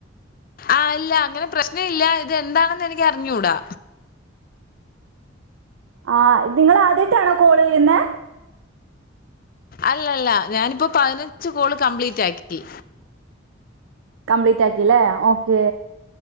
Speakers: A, on the left; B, on the right.
A: ആഹ് ഇല്ല അങ്ങനെ പ്രശ്നം ഇല്ല ഇതെന്താണെന്ന് എനിക്ക് അറിഞ്ഞൂടാ
B: ആ നിങ്ങള് ആദ്യായിട്ടാണോ കോൾ ചെയ്യുന്നെ
A: അല്ലല്ല ഞാനിപ്പോ പതിനഞ്ച് കോള് കംപ്ലീറ്റ് ആക്കി
B: കംപ്ലീറ്റ് ആക്കില്ലേ ഓക്കേ